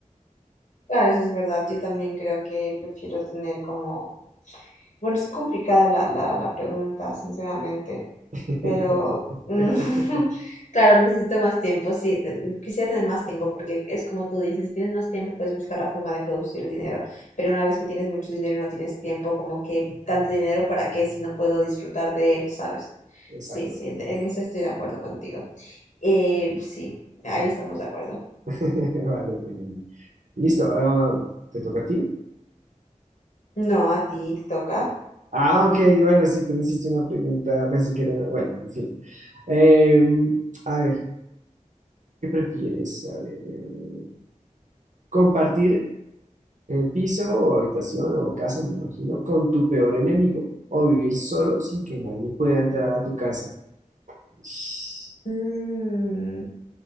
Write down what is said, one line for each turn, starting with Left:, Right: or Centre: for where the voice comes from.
Left: Claro, eso es verdad. Yo también creo que prefiero tener como... Bueno, es complicada la, la, la pregunta, sinceramente,
Right: <laughs>
Left: pero... mm, <laughs> Claro, necesito más tiempo, sí, te- quisiera tener más tiempo porque es como tú dices, si tienes más tiempo puedes buscar la forma de producir el dinero, pero una vez que tienes mucho dinero y no tienes tiempo, como que tanto dinero para qué si no puedo disfrutar de él, ¿sabes?
Right: Exacto.
Left: Sí, sí, de- en eso estoy de acuerdo contigo. Eh, sí, ahí estamos de acuerdo.
Right: <laughs> Vale, bueno. Listo. ah, ¿te toca a ti?
Left: No, a ti te toca.
Right: Ah, ok, bueno, sí, tú me hiciste una pregunta, pensé que era, bueno, en fin. Em, a ver, ¿qué prefieres? A ver, eh, compartir eh, piso o habitación o casa, me imagino, con tu peor enemigo o vivir solo sin que nadie pueda entrar a tu casa. Ish.
Left: Mm,